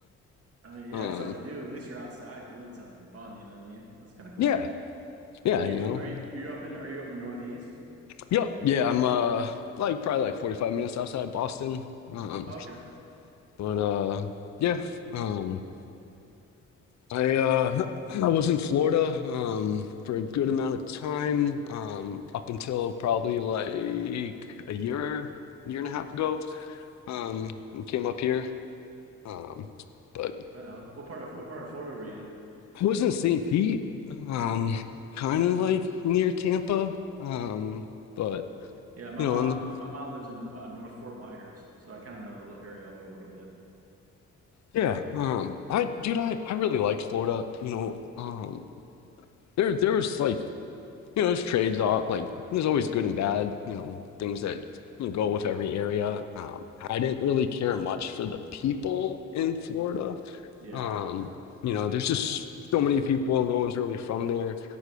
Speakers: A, on the right; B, on the left.
A: I mean, yeah,
B: um
A: it's something to do. At least you're outside doing something fun. You know what I mean? That's kind of cool.
B: yeah, yeah,
A: Do
B: you
A: you
B: know.
A: are you are you up in are you up in the Northeast?
B: Yep. Yeah, I'm uh like probably like 45 minutes outside Boston. Um
A: Oh, okay,
B: but uh yeah, um I uh
A: that's
B: <clears throat> I was in Florida um for a good amount of time um up until probably like a year year and a half ago. Um and came up here. Um but
A: right on. What part of what part of Florida were you in?
B: I was in St. Pete um kind
A: Okay,
B: of like near Tampa. Um but
A: yeah, my
B: you
A: mom
B: know, on the
A: my mom lives in uh, North Fort Myers, so I kind of know the little area like a little bit.
B: Yeah, um, I dude, I, I really liked Florida. You know, um, there there was like you know, there's trades off. Like there's always good and bad. You know, things that you know, go with every area. Um, I didn't really care much for the people in Florida.
A: Yeah,
B: Um, you know, there's just so many people. No one's really from there.